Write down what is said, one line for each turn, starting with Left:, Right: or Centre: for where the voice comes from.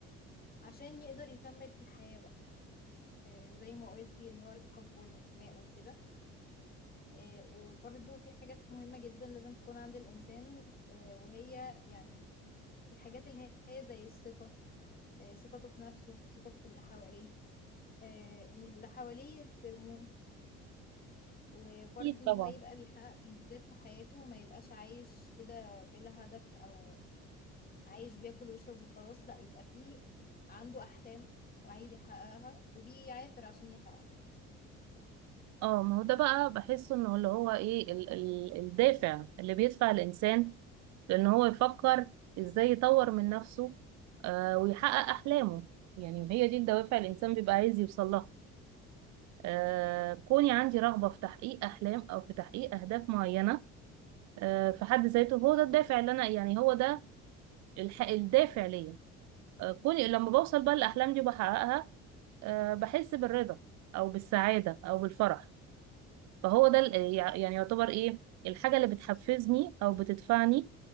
Left: عشان يقدر يكمل في الحياة بقى آه، زي ما قلتي اللي هو الحب والانتماء وكده آه، وبرده في حاجات مهمة جدا لازم تكون عند الإنسان آه، وهي يعني الحاجات اللي هي زي الثقة آه، ثقته في نفسه ثقته في اللي حواليه آه، إن اللي حواليه يحترموه وبرده
Right: أكيد طبعا
Left: إن هو يبقى بيحقق إنجازات في حياته ما يبقاش عايش كده بلا هدف أو عايش بياكل ويشرب وخلاص لا يبقى فيه عنده أحلام وعايز يحققها وبيعافر عشان يحققها
Right: اه ما هو ده بقى بحسه انه اللي هو ايه ال ال الدافع اللي بيدفع الانسان لان هو يفكر ازاي يطور من نفسه آه ويحقق احلامه يعني هي دي الدوافع اللي الانسان بيبقى عايز يوصل لها آه كوني عندي رغبة في تحقيق احلام او في تحقيق اهداف معينة آه في حد ذاته هو ده الدافع اللي انا يعني هو ده الح- الدافع ليا آه، كوني لما بوصل بقى الأحلام دي وبحققها آه، بحس بالرضا أو بالسعادة أو بالفرح فهو ده ال- يع- يعني يعتبر إيه الحاجة اللي بتحفزني أو بتدفعني